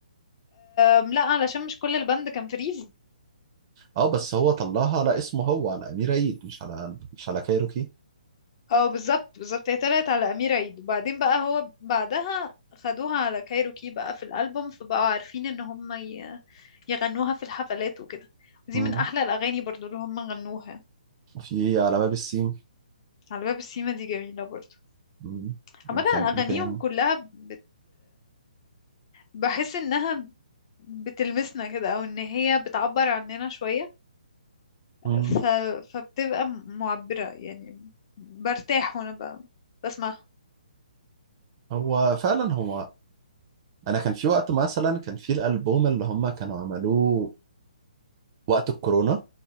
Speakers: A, on the left (about 40°); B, on the right (about 30°).
A: أم لا علشان مش كل البند كان في ريفو
B: اه بس هو طلعها على اسمه هو على امير عيد مش على مش على كايروكي
A: اه بالظبط بالظبط هي طلعت على أمير عيد وبعدين بقى هو بعدها خدوها على كايروكي بقى في الألبوم فبقوا عارفين ان هم ي- يغنوها في الحفلات وكده دي
B: مم.
A: من احلى الاغاني برضو اللي هم غنوها
B: وفي على باب السيم
A: على باب السيما دي جميلة برضو
B: مم. وكان
A: عامة اغانيهم
B: ايه تاني
A: كلها بت... بحس انها بتلمسنا كده او ان هي بتعبر عننا شوية
B: مم.
A: ف... فبتبقى م- معبرة يعني برتاح وانا ب... بسمعها
B: هو فعلا هو انا كان في وقت مثلا كان في الالبوم اللي هم كانوا عملوه وقت الكورونا